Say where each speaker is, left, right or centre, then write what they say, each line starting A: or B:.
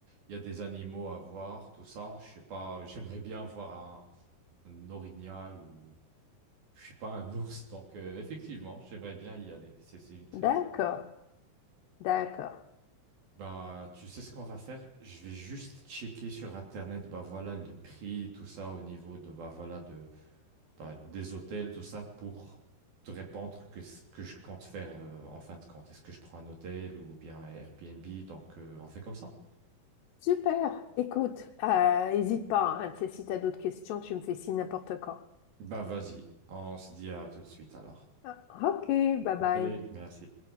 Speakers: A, on the right; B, on the left.
A: il y a des animaux à voir, tout ça. Je sais pas, euh, j'aimerais bien voir un, un orignal ou, je sais pas, un ours. Donc, euh, effectivement, j'aimerais bien y aller. C'est, c'est une très
B: d'accord,
A: très bonne idée.
B: d'accord.
A: Bah, tu sais ce qu'on va faire? Je vais juste checker sur Internet, bah voilà, les prix, tout ça, au niveau de, bah voilà, de, bah, des hôtels, tout ça, pour te répondre que ce que je compte faire euh, en fin de compte. Est-ce que je prends un hôtel ou bien un Airbnb? Donc, euh, on fait comme ça?
B: Super. Écoute, euh, hésite pas, hein, si t'as d'autres questions, tu me fais signe n'importe quand.
A: Bah, vas-y, on se dit à tout de suite alors.
B: Ah, Ok, bye bye.
A: Allez, merci.